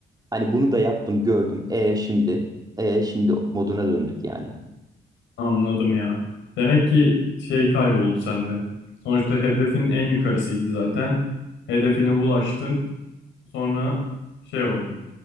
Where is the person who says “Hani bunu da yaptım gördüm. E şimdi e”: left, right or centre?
Right